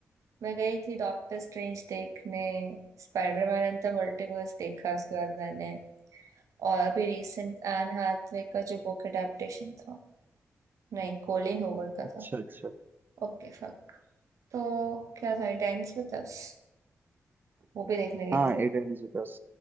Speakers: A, on the right; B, on the right.
A: मैं गई थी डॉक्टर स्ट्रेंज देखने स्पाइडरमैन एंड द मल्टीवर्स देखा उसके बाद मैंने और अभी रिसेंट एन हाथवे का जो बुक अडेप्टेशन था नहीं कोलिन होवर का
B: अच्छा
A: था
B: अच्छा
A: Okay fuck तो क्या था टेंस में दस वो भी देखने गई
B: हाँ
A: थी
B: एट एंड दस